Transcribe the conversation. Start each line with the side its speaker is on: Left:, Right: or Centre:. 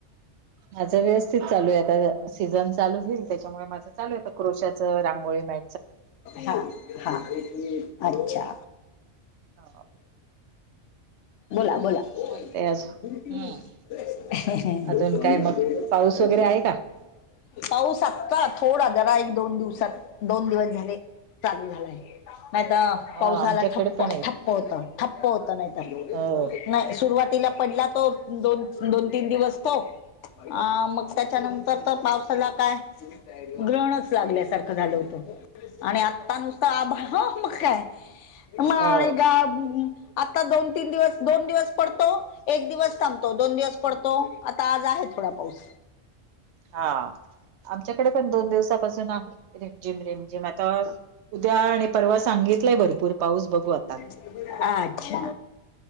Right: माझं व्यवस्थित चालूय आता सीझन चालू होईल त्याच्यामुळे माझं चालू आहे आता क्रोशाचं रांगोळी ना
Left: हा हा अच्छा
Right: हां.
Left: बोला बोला
Right: चालतय अजून
Left: <unintelligible>
Right: हम्म. अजून काय मग पाऊस वगैरे आहे का?
Left: पाऊस आत्ता थोडा जरा एक दोन दिवसात दोन दिवस झाले चालू झालाय नाहीत
Right: हा
Left: पाऊस झाला
Right: आमच्याकडे
Left: ठप्प
Right: पण आहे
Left: ठप्प होता ठप्प होता नाहीतर
Right: हो.
Left: नाही सुरुवातीला पडला तो दोन दोन तीन दिवस तो अ मग त्याच्यानंतर तर पावसाला काय ग्रहणच लागल्यासारखं झालं हो आणि आत्ता नुसत आभा मग काय म आणि
Right: हो
Left: गा आता दोन तीन दिवस दोन दिवस पडतो एक दिवस थांबतो दोन दिवस पडतो आता आज आहे थोडा पाऊस
Right: हा आमच्याकडे पण दोन दिवसापासून आहे रेमझिम रेमझिम आता उद्या आणि परवा सांगितलाय भरपूर पाऊस बघू आता
Left: हा अच्छा